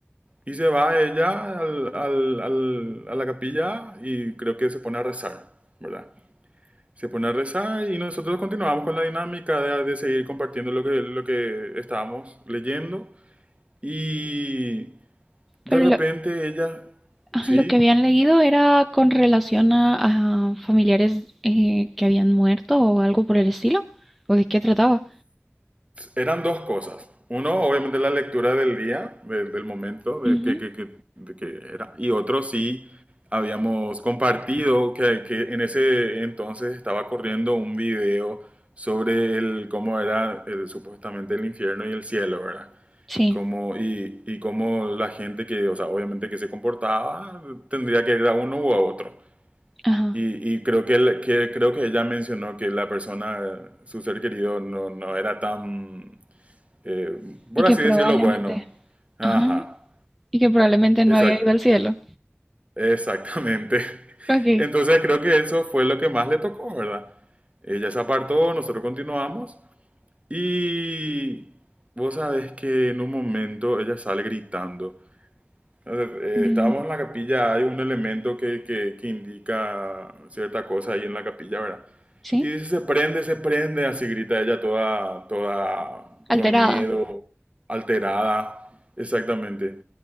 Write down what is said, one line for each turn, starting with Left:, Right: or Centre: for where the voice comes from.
Right: y se va ella al- al- al- a la capilla y creo que se pone a rezar, ¿verdad? Se pone a rezar y nosotros continuamos con la dinámica de, de seguir compartiendo lo que, lo que estábamos leyendo. Y de
Centre: Pero
Right: repente
Centre: lo,
Right: ella,
Centre: ah,
Right: sí,
Centre: lo que habían leído era con relación a, a familiares eh, que habían muerto o algo por el estilo, ¿o de qué trataba?
Right: Eran dos cosas. Uno, obviamente, la lectura del día, de- del momento, de
Centre: Ujú,
Right: que, que- que- de que era. Y otro, sí, habíamos compartido que, que en ese entonces estaba corriendo un video sobre el, cómo era el- supuestamente el infierno y el cielo, ¿verdad?
Centre: Sí,
Right: Como, y, y cómo la gente que, o sea, obviamente que se comportaba, tendría que ir a uno u a otro.
Centre: ajá.
Right: Y, y creo que, el- que- creo que ella mencionó que la persona, su ser querido, no, no era tan eh, por
Centre: Y que
Right: así
Centre: probablemente...
Right: decirlo, bueno. Ajá,
Centre: Ajá, y que probablemente no
Right: exact-
Centre: había ido al cielo.
Right: exactamente. <laughs>
Centre: Ok.
Right: Entonces creo que eso fue lo que más le tocó, ¿verdad? Ella se apartó, nosotros continuamos y vos sabés que en un momento ella sale gritando. Entonces, eh,
Centre: Dios
Right: estábamos
Centre: mío.
Right: en la capilla, hay un elemento que, que, que indica cierta cosa ahí en la capilla, ¿verdad?
Centre: ¿Sí?
Right: Y dice, se prende, se prende, así grita ella toda, toda con
Centre: Alterada.
Right: miedo, alterada, exactamente.